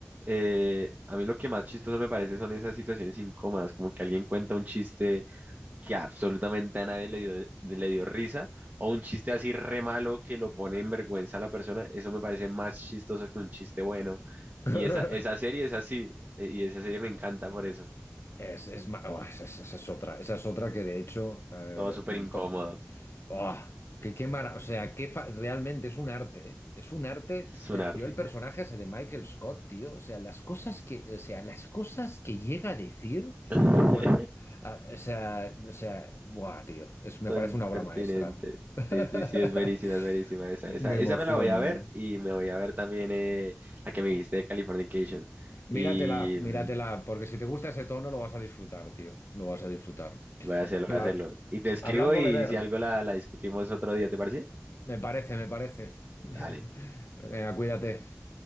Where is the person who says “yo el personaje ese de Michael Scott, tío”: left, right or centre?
Left